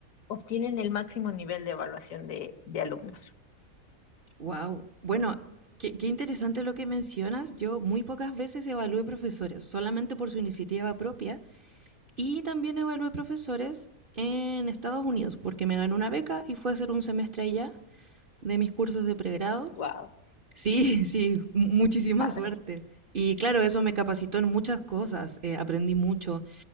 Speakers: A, on the left; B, on the right.
A: obtienen el máximo nivel de evaluación de, de alumnos.
B: Wow. Bueno, qué, qué interesante lo que mencionas. Yo muy pocas veces evalué profesores, solamente por su iniciativa propia. Y también evalué profesores en Estados Unidos, porque me ganó una beca y fue a hacer un semestre allá de mis cursos de pregrado.
A: Wow.
B: Sí, <laughs> sí, mu- muchísima
A: Padre,
B: suerte. Y claro, eso me capacitó en muchas cosas, eh, aprendí mucho.